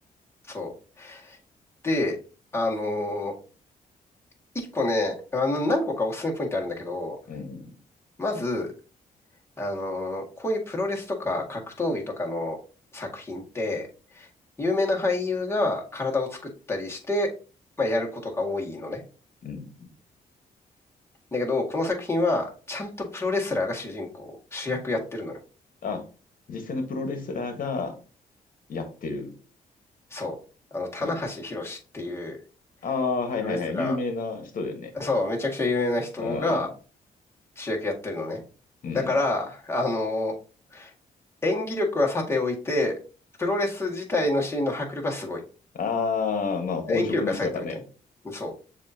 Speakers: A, on the left (about 15°); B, on the left (about 60°).
A: そう。で、あのー一個ね、あの、何個かおすすめポイントあるんだけど、
B: うん。
A: まず、あのーこういうプロレスとか格闘技とかの作品って、有名な俳優が体を作ったりして、まあ、やることが多いのね。
B: うん。
A: だけど、この作品は、ちゃんとプロレスラーが主人公、主役やってるのよ。
B: あ、実際のプロレスラーがやってる。
A: そう。あの、棚橋弘至っていう
B: ええ。ああ、はいはいはい。
A: プロレスラ
B: 有名な人だよね、
A: ー、
B: これ。
A: そう、めちゃくちゃ有名な人が
B: うん。
A: 主役やってるのね。
B: うん。
A: だから、あのー演技力はさておいて、プロレス自体のシーンの迫力はすごい。
B: ああ、まあ本職の人だからね。
A: 演技力はさておいてね。そう。